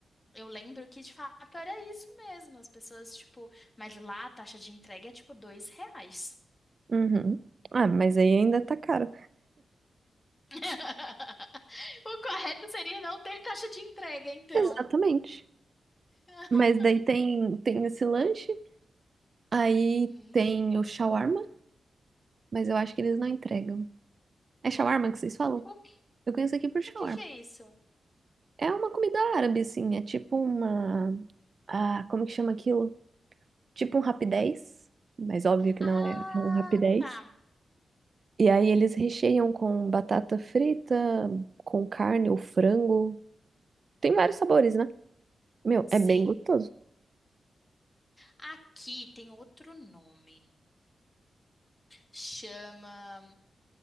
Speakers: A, on the left; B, on the right.
A: eu lembro que de fato era isso mesmo. As pessoas, tipo, mas lá a taxa de entrega é tipo dois reais.
B: Uhum. Ah, mas aí ainda tá caro.
A: <laughs> O correto seria não ter taxa de entrega, então.
B: Exatamente.
A: <laughs>
B: Mas daí tem, tem esse lanche, aí
A: Uhum.
B: tem o shawarma, mas eu acho que eles não entregam. É shawarma que vocês falam?
A: O, que-
B: Eu conheço aqui por shawarma.
A: o que que é isso?
B: É uma comida árabe, assim, é tipo uma... Ah, como que chama aquilo? tipo um rapidez, mas óbvio que
A: Ah,
B: não é um rapidez.
A: tá.
B: E aí eles recheiam com batata frita, com carne ou frango. Tem vários sabores, né? Meu,
A: Sim.
B: é bem gostoso.
A: Aqui tem outro nome. Chama.